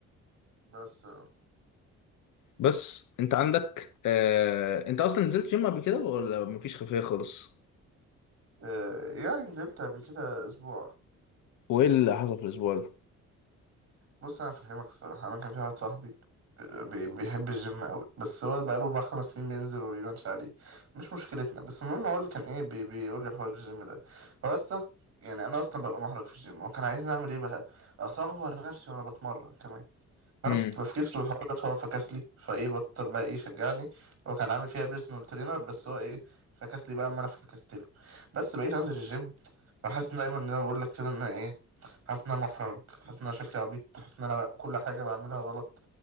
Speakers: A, on the right (about 60°); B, on the left (about 80°).
A: بس آه.
B: بس انت عندك آه... انت اصلا نزلت جيم قبل كده ولا مفيش خلفيه خالص
A: آه، يعني نزلت قبل كده اسبوع
B: وايه اللي حصل في الاسبوع ده
A: بص انا فاهمك الصراحه انا كان في واحد صاحبي آه، بي- بيحب الجيم قوي بس هو بقاله اربع خمس سنين بينزل وما بيبانش عليه مش مشكلتنا بس المهم هو اللي كان ايه بي بيقول لي حوار الجيم ده هو اصلا يعني انا اصلا ببقى محرج في الجيم هو كان عايزني اعمل ايه بقى اصور نفسي وانا بتمرن كمان فانا
B: امم
A: كنت بفكس له الحوار ده فهو فكس لي فايه بطل بقى ايه شجعني هو كان عامل فيها بيرسونال ترينر بس هو ايه فكس لي بقى اما انا فكست له بس بقيت انزل الجيم بحس إن دايما زي ما بقول لك كده ان انا ايه حاسس ان انا محرج حاسس ان انا شكلي عبيط حاسس ان انا كل حاجه بعملها غلط